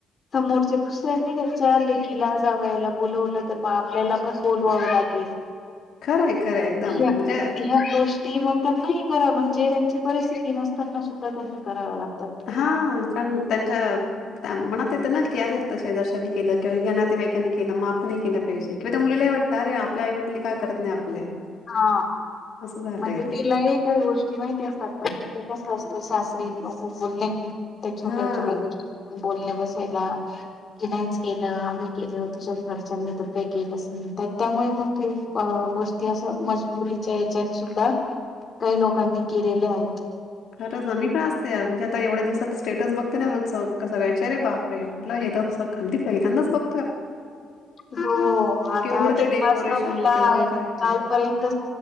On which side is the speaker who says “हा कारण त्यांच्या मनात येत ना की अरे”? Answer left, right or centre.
Left